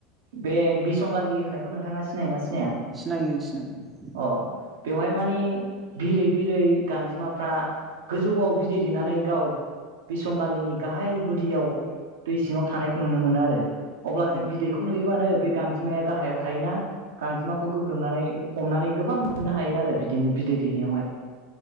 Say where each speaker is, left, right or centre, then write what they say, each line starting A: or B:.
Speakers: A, on the right (about 80°); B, on the right (about 20°).
A: बे बिसंगालि होननायखौ नोंथाङा सिनायोना सि
B: सिनायो सिनायो।
A: अ' बेवहाय माने बिरै बिरै गांजेमाफ्रा गोजौआव बिदै दैेनानै गाव बिसंगालिनि गाहाय गुदियाव दै सिङाव थानायखौ नुनो मोनो आरो अब्लाजों
B: औ
A: बिदैखौ नुयोबानो बे गांजेमाया गाहायाव थायोना। गांजेमाखौ गोग्रोमनानै हमनानै गोबां मोननो हायो आरो बिदिनो बिदै दैनायावहाय।